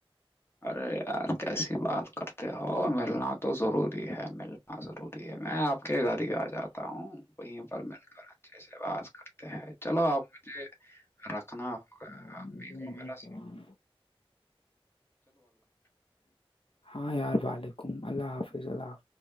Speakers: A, on the left; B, on the left.
A: ارے یار کیسی بات کرتے ہو ملنا تو ضروری ہے مل ہاں ضروری ہے میں آپ کے گھر ہی آ جاتا ہوں وہیں پر مل کر اچھے سے باز کر چلو آپ مجھے رکھنا ہوگا
B: آپ مجھے
A: میک
B: میرا
A: وغیرہ
B: سلام ہاں یار وعلیکم اللہ حافظ اللام